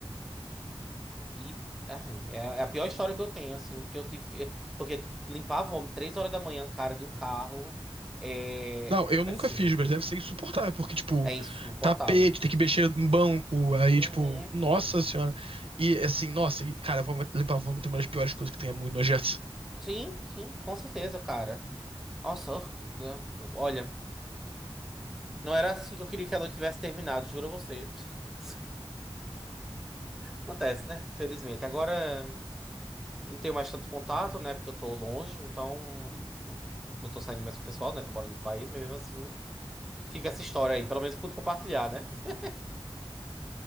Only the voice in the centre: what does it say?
E, assim, é é a pior história que eu tenho, assim, que eu tive que. Porque tipo, limpar vômito três horas da manhã, cara, de um carro, é.
Assim,
é insuportável.
Uhum.
Sim, sim, com certeza, cara. Nossa, ah, olha. Não era assim que eu queria que ela tivesse terminado, juro a você. <laughs> Acontece, né? Felizmente. Agora eu não tenho mais tanto contato, né? Porque eu tô longe, então não não tô saindo mais com o pessoal, né? Tô morando no país, mas mesmo assim fica essa história aí. Pelo menos pude compartilhar, né? <laughs>